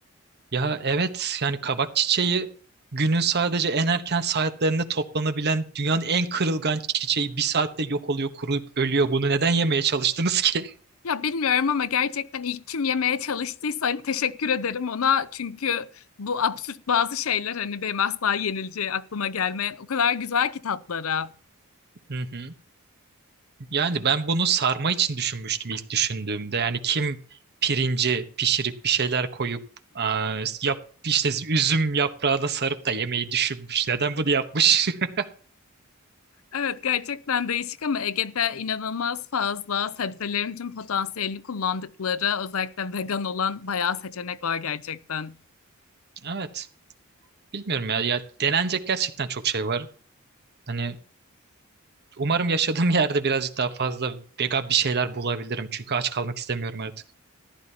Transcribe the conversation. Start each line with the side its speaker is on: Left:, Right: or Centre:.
Right: Ya evet yani kabak çiçeği günün sadece en erken saatlerinde toplanabilen dünyanın en kırılgan çiçeği bir saatte yok oluyor kuruyup ölüyor. Bunu neden yemeye çalıştınız ki?
Left: Ya bilmiyorum ama gerçekten ilk kim yemeye çalıştıysa hani teşekkür ederim ona. Çünkü bu absürt bazı şeyler hani benim asla yenileceği aklıma gelmeyen o kadar güzel ki tatlara.
Right: <laughs> Hı hı. Yani ben bunu sarma için düşünmüştüm ilk düşündüğümde. Yani kim pirinci pişirip bir şeyler koyup aa, yap işte üzüm yaprağına sarıp da yemeği düşünmüş. Neden bunu yapmış? <laughs>
Left: Evet gerçekten değişik ama Ege'de inanılmaz fazla sebzelerin tüm potansiyelini kullandıkları özellikle vegan olan bayağı seçenek var gerçekten.
Right: Evet. Bilmiyorum ya. Ya denenecek gerçekten çok şey var. Hani umarım yaşadığım yerde birazcık daha fazla vegan bir şeyler bulabilirim. Çünkü aç kalmak istemiyorum artık.